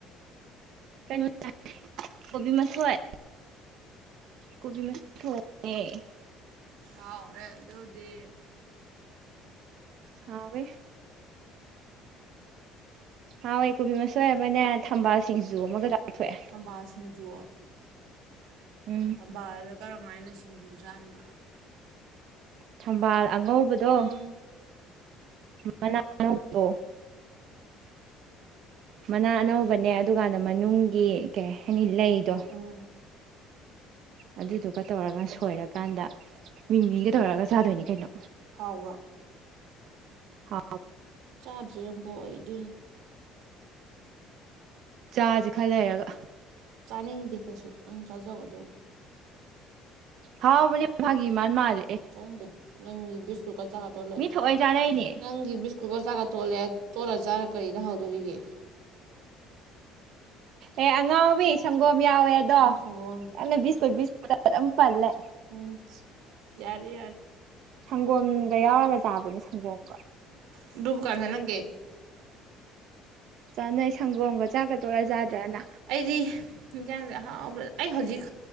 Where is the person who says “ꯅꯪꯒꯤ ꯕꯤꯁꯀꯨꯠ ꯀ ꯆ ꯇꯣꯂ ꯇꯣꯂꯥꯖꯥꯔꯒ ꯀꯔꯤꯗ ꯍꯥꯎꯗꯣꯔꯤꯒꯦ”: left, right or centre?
Right